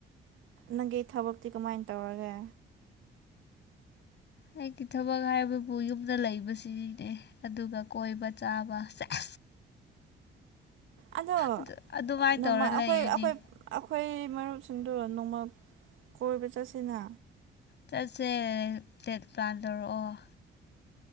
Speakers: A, on the right (about 80°); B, on the left (about 60°).
A: ꯅꯪꯒꯤ ꯊꯕꯛꯇꯤ ꯀꯃꯥꯏꯅ ꯇꯧꯔꯒꯦ
B: ꯑꯩꯒꯤ ꯊꯕꯛ ꯍꯥꯏꯕꯕꯨ ꯌꯨꯝꯗ ꯂꯩꯕꯁꯤꯅꯤꯅꯦ ꯑꯗꯨꯒ ꯀꯣꯏꯕ ꯆꯥꯕ ꯆ <unintelligible>
A: ꯑꯗꯣ
B: ꯑꯗꯨ ꯑꯗꯨꯃꯥꯏꯅ
A: ꯅꯣꯡꯃ
B: ꯇꯧꯔ ꯂꯩꯔꯅꯤ
A: ꯑꯩꯈꯣꯏ ꯑꯩꯈꯣꯏ ꯑꯩꯈꯣꯏ ꯃꯔꯨꯞꯁꯤꯡꯗꯣ ꯅꯣꯡꯃ ꯀꯣꯏꯕ ꯆꯠꯁꯦꯅ
B: ꯆꯠꯁꯦ ꯗꯦꯠ ꯄ꯭ꯂꯥꯟ ꯇꯧꯔꯛꯑꯣ